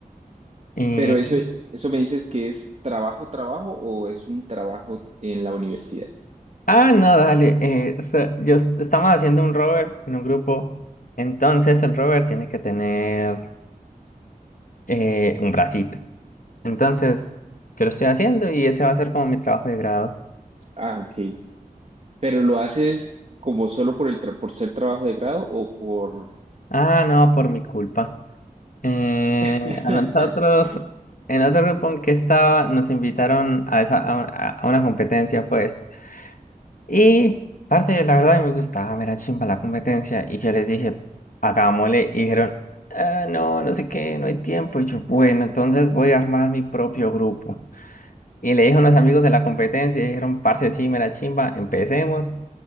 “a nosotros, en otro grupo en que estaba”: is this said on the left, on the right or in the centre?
Left